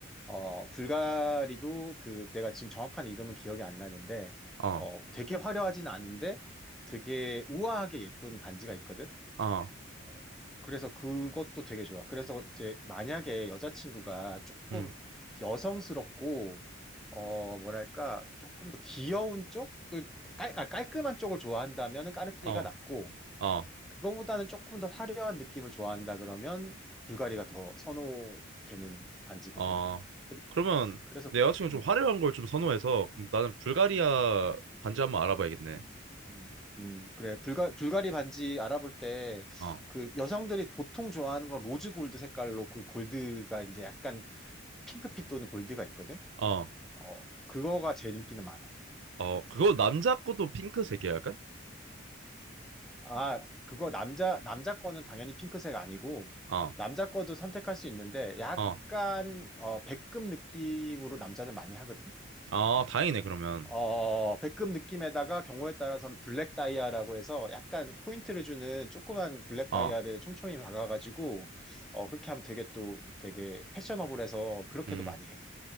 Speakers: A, in the centre; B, on the right.
A: 어 불가리도 그 내가 지금 정확한 이름은 기억이 안 나는데
B: 어,
A: 어 되게 화려하진 않은데 되게 우아하게 예쁜 반지가 있거든.
B: 어,
A: 어, 그래서 그것도 되게 좋아. 그래서 이제 만약에 여자친구가 조금
B: 음,
A: 여성스럽고, 어, 뭐랄까, 조금 더 귀여운 쪽을, 깔, 아, 깔끔한 쪽을 좋아한다면 까르띠에가
B: 어,
A: 낫고,
B: 어.
A: 그거보다는 조금 더 화려한 느낌을 좋아한다 그러면 불가리가 더 선호되는 반지거든.
B: 아,
A: 그,
B: 그러면
A: 그래서,
B: 내
A: 그-
B: 여자친구 좀
A: 음,
B: 화려한 걸 좀 선호해서 그럼 나는 불가리아 반지 한번 알아봐야겠네.
A: 음, 음, 음, 그래. 불가, 불가리 반지 알아볼 때,
B: 어,
A: 그 여성들이 보통 좋아하는 건 로즈 골드 색깔로 그 골드가 이제 약간 핑크빛 또는 골드가 있거든.
B: 어,
A: 어, 그거가 제일 인기는 많아.
B: 어, 그거 남자 것도 핑크색이야, 약간?
A: 아, 그거 남자 남자 거는 당연히 핑크색 아니고
B: 어,
A: 남자 거도 선택할 수 있는데 약간
B: 어,
A: 어, 백금 느낌으로 남자는 많이 하거든.
B: 아, 다행이네, 그러면.
A: 어, 백금 느낌에다가 경우에 따라서는 블랙 다이아라고 해서 약간 포인트를 주는 조그만 블랙
B: 어,
A: 다이아를 촘촘히 박아가지고 어, 그렇게 하면 되게 또 되게 패셔너블해서 그렇게도
B: 음.
A: 많이 해.